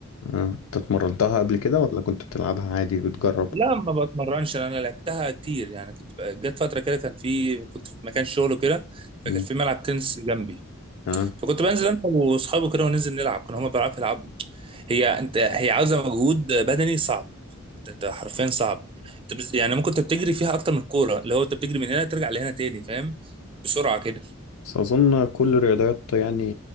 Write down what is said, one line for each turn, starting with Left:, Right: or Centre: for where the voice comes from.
Left: انت اتمرنتها قبل كده ولا كنت بتلعبها عادي بتجرب؟
Right: لا ما بتمرنش انا لعبتها كتير يعني كنت جت فتره كده كان في كنت في مكان شغل كده
Left: مم.
Right: فكان في ملعب تنس جنبي
Left: اه
Right: فكنت بنزل انا واصحابي كده وننزل نلعب كانوا هما بيعرفوا يلعبوا هي انت هي عاوزه مجهود بدني صعب انت أنت حرفيا صعب انت بز... يعني ممكن انت بتجري فيها اكتر من الكوره اللي هو انت بتجري من هنا ترجع لهنا تاني فاهم بسرعه كده
Left: بس أظن كل الرياضات يعني